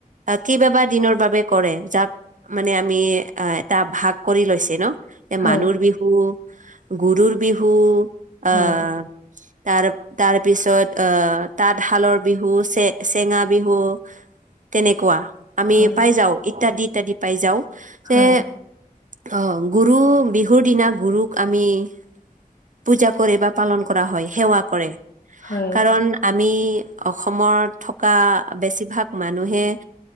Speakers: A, on the right; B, on the left.
A: কিবা বা দিনৰ কৰে যাক - মানে আমি আঁহ' এটা ভাগ কৰি লৈছে ন। এ
B: হয়
A: মানুুৰ বিহু, গৰুৰ বিহু
B: হয়
A: আঁহ', - তাৰ-তাৰপিছত আঁহ', তাঁতশালৰ - বিহু চে-চেঙা বিহু তেনেকুৱা আমি
B: হয়,
A: পাই যাওঁ ইত্যাদি-ইত্যাদি। পাই যাওঁ, যে
B: হয়,
A: অ', গৰু বিহুৰ দিনা গৰুক আমি - পূজা কৰে বা পালন কৰা হয় সেৱা কৰে।
B: হয়,
A: কাৰণ আমি - অসমৰ থকা বেছিভাগ মানুহে -